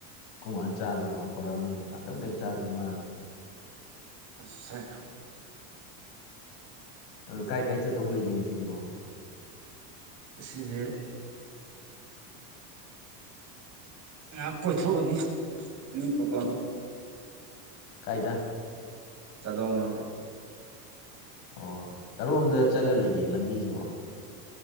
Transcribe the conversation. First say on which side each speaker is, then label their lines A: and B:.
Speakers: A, on the left; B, on the right.
A: ꯀꯃꯥꯏꯅ ꯆꯥꯔꯁꯤ ꯂꯥꯎ ꯀꯧꯛꯕꯅꯤꯅ ꯉꯥꯛꯊꯪꯗꯩ ꯆꯥꯁꯤ ꯃꯥꯥꯟꯜꯂꯤ
B: ꯑꯦ
A: ꯑ ꯀꯥꯏ ꯀꯥꯏ ꯆꯠꯇꯧꯕ ꯂꯩꯒꯦ ꯉ ꯁꯤꯁꯤꯕꯣ
B: ꯁꯤꯗꯤꯦ ꯉꯥꯏꯍꯥꯛ ꯀꯣꯏꯊꯣꯛꯑꯅꯤ ꯆꯗ
A: ꯀꯥꯏꯗ
B: ꯆꯗꯣꯡꯂꯣꯝꯗ
A: ꯑꯣ ꯀꯔꯣꯝꯗ ꯆꯠꯂ ꯂꯩꯒꯦ ꯂꯝꯕꯤꯖꯤꯕꯣ